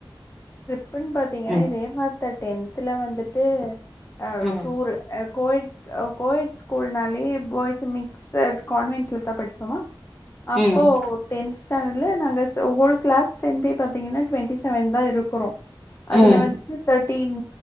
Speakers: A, on the left (about 30°); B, in the centre.
A: ட்ரிப்புன்னு பாத்தீங்க
B: ம்.
A: இதே மாத்தா டென்தல வந்துட்டு ஆ
B: ம்.
A: டூரு ஆ கோயட் அ கோயட் ஸ்கூல்னாலயே பாய்ஸ் மிக்சட் கான்வென்ட்ல தா படிச்சோமா
B: ம்
A: அப்போ டென்ஸ் ஸ்டான்டட்ல நாங்க சு ஒல் கிளாஸ் ஸ்ட்ரெந்தே பாத்தீங்கன்னா டுவெண்டி செவன் தா இருக்குறோ அதுல
B: ம்
A: வந்துட்டு தட் டின்